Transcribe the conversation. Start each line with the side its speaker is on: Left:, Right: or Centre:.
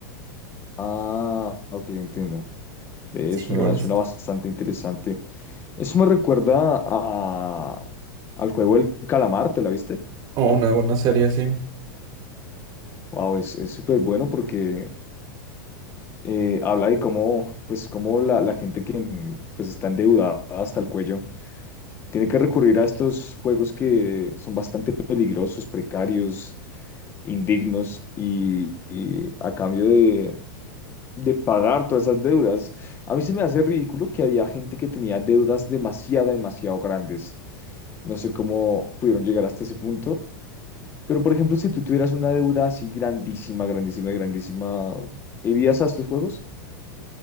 Left: ah, ok, entiendo. Ve,
Right: Sí,
Left: suena,
Right: igual está.
Left: suena bastante interesante. Eso me recuerda a, al juego del calamar, ¿te la viste?
Right: Oh, una buena serie, sí.
Left: Wow, es, es súper bueno porque eh, habla de cómo, pues, cómo la, la gente que en- pues, está endeudada hasta el cuello tiene que recurrir a estos juegos que son bastante peligrosos, precarios indignos y, y a cambio de, de pagar todas esas deudas. A mí se me hace ridículo que había gente que tenía deudas demasiado, demasiado grandes. No sé cómo pudieron llegar hasta ese punto, pero por ejemplo, si tú tuvieras una deuda así grandísima, grandísima, grandísima, ¿irías a estos juegos?